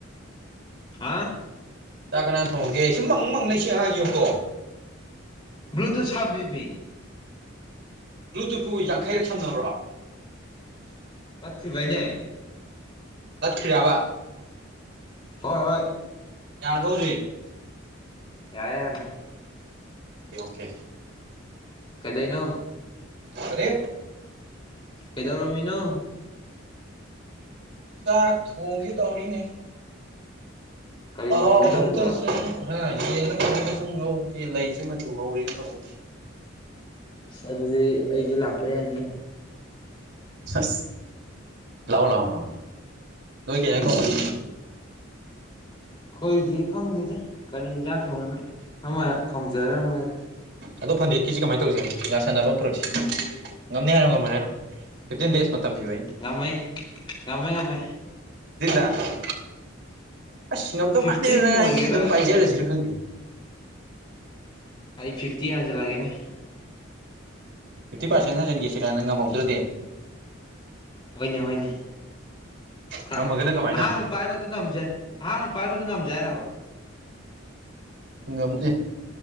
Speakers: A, on the left (about 25°); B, on the right (about 60°).
A: ꯍꯥ
B: ꯆꯥꯛ ꯀꯅꯥ ꯊꯣꯡꯉꯒꯦ ꯁꯤ ꯃꯪ ꯃꯪ ꯂꯩ ꯁꯤ ꯑꯥꯉꯨꯀꯣ
A: ꯕ꯭ꯂꯨꯇ ꯁꯕꯤꯃꯤ
B: ꯕ꯭ꯂꯨ ꯇꯨꯠꯄꯨ ꯌꯥꯡꯈꯩꯔꯛ ꯁꯝꯅꯕ꯭ꯔꯣ
A: ꯇꯠ ꯀ꯭ꯔꯤꯕꯅꯦ
B: ꯇꯠꯈꯤꯔꯕ
A: ꯍꯣꯏ ꯍꯣꯏ
B: ꯌꯥꯔꯕꫭ ꯍꯧꯖꯤꯛ
A: ꯌꯥꯔ‌ꯦ ꯌꯥꯔ‌ꯦ
B: ꯑꯣꯀꯦ ꯑꯣꯀꯦ
A: ꯀꯗꯩꯅꯣ
B: ꯀꯔꯤ
A: ꯀꯩꯗꯧꯔꯝꯃꯤꯅꯣ
B: ꯁꯨꯝ ꯆꯥꯛ ꯊꯣꯡꯒꯦ ꯇꯧꯔꯤꯅꯦ
A: ꯀꯔꯤ
B: ꯑꯍꯥꯎꯕ
A: ꯊꯣꯡꯒꯦ ꯇꯧꯔꯤꯕ
B: ꯑꯃꯇ ꯁꯨꯝ ꯌꯦꯜꯂ ꯀꯩꯅꫭ ꯁꯨꯝ ꯉꯧꯒ‌ꯦ ꯂꯩꯁꯦ ꯃꯇꯨ ꯍꯧꯔꯦꯅ ꯇꯧꯕꯅ‌ꯦ
A: ꯑꯁ ꯑꯗꯨꯗꯤ ꯑꯩꯁꯨ ꯂꯥꯛꯄ ꯌꯥꯏꯅ‌ꯦ
B: ꯑꯁ ꯂꯑꯣ ꯂꯥꯎꯑꯣ ꯂꯑꯣ ꯅꫭꯏ ꯀꯩ ꯏꯖꯥꯡ
A: ꯎꯝ
B: ꯊꫭꯡꯕ
A: ꯑꯩꯈꯣꯏꯗꯤ ꯈꯪꯗꯦꯗ ꯀꯔꯤ ꯏꯟꯁꯥꯡ ꯊꯣꯡꯅꯤꯅꯣ ꯑꯃ ꯊꯣꯡꯖꯔꯝꯃꯖꯅꯤ
B: ꯑꯗꯣ ꯐꯟꯗꯦꯠꯀꯤꯁ‌ꯦ ꯀꯃꯥꯏꯅ ꯇꯧꯁꯦ ꯌꯥꯁꯥꯟꯅꯕ ꯑꯃ ꯄꯨꯔꯛꯁꯤ ꯉꯝꯅꯤ ꯍꯥꯏꯔꫭ ꯉꯝ ꯐꯇꯤꯟ
A: ꯉꯝꯃꯦ ꯉꯝꯃꯦ ꯉꯝꯃꯦ
B: ꯗꯕ <unintelligible> ꯑꯁ ꯉꯝꯗꯧ
A: ꯐꯤꯐꯇꯤꯟ
B: ꯃꯥꯟꯗꯦꯗ ꯅꯪ
A: ꯑꯣꯏꯒꯦꯔꯥ
B: ꯑꯩ ꯑꯗꯨꯝ ꯄꯥꯏꯖꯔꯁꯤꯔ ꯈꯪꯗꯦꯅ‌ꯦ
A: ꯑꯩ ꯐꯤꯐꯇꯤ ꯍꯟꯖꯜꯂꯛꯑꯒꯦꯅꯦ
B: ꯐꯤꯐꯇꯤ ꯄꯥꯔꯦꯟ ꯍꯟꯖꯟꯒ‌ꯦ ꯁꯤꯔꯥ ꯉꯝꯍꯧꯗ꯭ꯔꯗꯤ
A: ꯍꯣꯏꯅꯦ ꯍꯣꯏꯅꯦ ꯍ
B: ꯉꯝꯃꯒꯅ ꯀꯃꯥꯏꯅ
A: ꯑꯍꯥꯟꯕ ꯄꯥꯏꯕ ꯉꯝꯖꯦ ꯑꯍꯥꯟꯕ ꯄꯥꯏꯕꯗ ꯉꯝꯖꯦ ꯍꯥꯏꯔꫭ
B: ꯉꯝꯗꯦ